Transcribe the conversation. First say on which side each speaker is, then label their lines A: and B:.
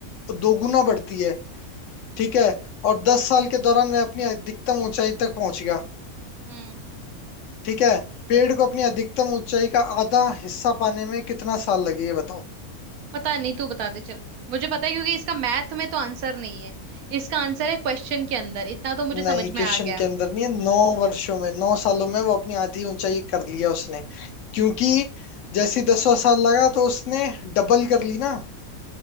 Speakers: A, on the left (about 65°); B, on the right (about 75°).
A: दोगुना बढ़ती है ठीक है और दस साल के दौरान मैं अपनी अधिकतम ऊंचाई तक पहुंच गया
B: हम्म
A: ठीक है पेड़ को अपनी अधिकतम ऊंचाई का आधा हिस्सा पाने में कितना साल लगे ये बताओ
B: पता नहीं तू बता दे चल मुझे पता है क्योंकि इसका मैथ में तो आंसर नहीं है इसका आंसर है क्वेश्चन के अंदर इतना तो मुझे समझ
A: नहीं
B: में
A: क्वेश्चन
B: आ गया
A: के अंदर नहीं है नौ वर्षों में नौ सालों में वो अपनी आधी ऊंचाई कर लिया उसने क्योंकि जैसी दसवां साल लगा तो उसने डबल कर ली ना